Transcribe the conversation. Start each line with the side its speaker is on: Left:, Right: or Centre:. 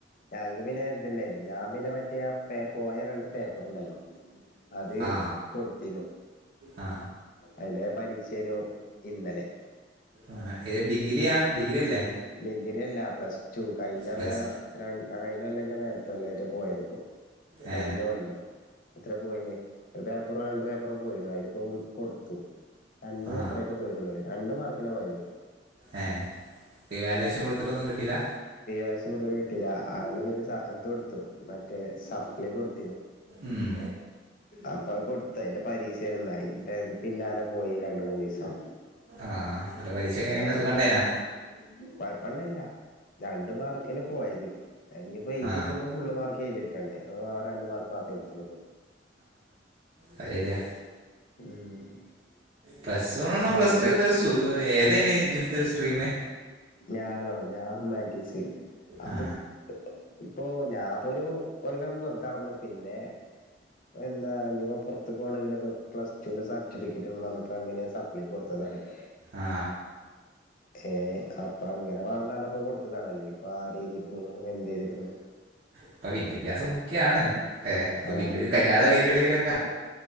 Left: ഞങ്ങക്ക് പിന്നെ ഇതുണ്ടായിരുന്നു ഞാൻ പിന്നെ മറ്റേ ആ പോയ രണ്ട് പേപ്പറുണ്ടല്ലോ അത്
Right: ആ
Left: കൊടുത്തിന്നു
Right: ആ
Left: അതിന്റെ പരീക്ഷേനു ഇന്നലെ
Right: ആഏത് ഡിഗ്രിയാ ഡിഗ്രി അല്ലേ
Left: ഡിഗ്രി അല്ല പ്ലസ് ടു കഴിഞ്ഞകൊല്ല
Right: പ്ലസ്
Left: <unintelligible> അതിന്റെ മേലത്തകോല്ലായിട്ട് പോയതിപ്പോ കയിഞ്ഞകൊല്ലം
Right: ഏ
Left: അത്ര പോയിന്നു ഒരു പേപ്പറോ രണ്ട് പേപ്പറോ പോയിനു അതിനിപ്പോ കൊടുത്തു രണ്ട്
Right: ആ
Left: പേപ്പറായിട്ട് പോയിട്ടുള്ളൂ രണ്ട് മാർക്കിനാ പോയത്
Right: ഏ റിവാലുവേഷൻ കൊടുത്തിട്ടൊന്നും കിട്ടില്ല
Left: റിവാലേഷൻ കൊടുത്തിട്ട് കിട്ടില്ല അതിൽ പിന്നെ ഇത് കൊടുത്തു മറ്റേ സപ്ലി കൊടുത്തീനു
Right: ഉം
Left: അപ്പൊ ആ കൊടുത്തതിന്റെ <unintelligible> അയി ന്റെ പിന്നലെ പോയി രണ്ട് മൂന്ന് ദിവസം
Right: ആഎന്നിട്ട് പരീക്ഷ ഒക്കെ എങ്ങനെ
Left: ഏഹ്
Right: സുഖണ്ടേനോ
Left: <unintelligible> രണ്ട് മാർക്കിന് പോയത് അയിഞ്ഞ് ഇപ്പോ എഴതിടുക്കുമ്പോ
Right: ആ
Left: ഫുൾ മാർക്ക് <unintelligible> അഥവാ ആ രണ്ടു മാർക്ക്‌ മാത്രം എഴുതി എടുത്താ മതിയോ
Right: അത് ശരിയാ
Left: ഉം
Right: പ്ലസ് വൺ ഉം
Left: അങ്ങനെ
Right: പ്ലസ് ടു ഒക്കെ സു ഏതെന്നു ഇജ്ജ് ഇടുത്ത സ്ട്രീമ്?
Left: ഞാനോ ഞാന്ഹുമാറ്റീസ് അതും
Right: ആ
Left: ഇപ്പൊ ഞാപ്പൊരു കൊല്ലം വെറുതടന്നു പിന്നെ ഇപ്പ എന്താ ഇനിപ്പ പുറത്തു പോകണെങ്കിലൊക്കെ പ്ലസ് ടുവിന്റെ സർട്ടിഫിക്കറ്റ്വേണം പറഞ്ഞപ്പോ അങ്ങനെ സപ്ലി കൊടുത്തതാണ് <inaudible>
Right: ആ
Left: ഏ അപ്പൊ അങ്ങനെ വേണംന്ന് പറഞ്ഞപ്പോ കൊടുത്തതാണ് അല്ലെങ്കിപ്പോ ആരുഴുതി ഇട്ക്കുന്നു എന്ത് എഴതിട്ക്കുന്നു
Right: ഇപ്പൊ വിദ്യാഭ്യാസംക്കെയാണ് ഏ ഇപ്പൊ
Left: ആ
Right: ഇവര് കല്യാണ കഴിക്കാണെകിലോക്കെ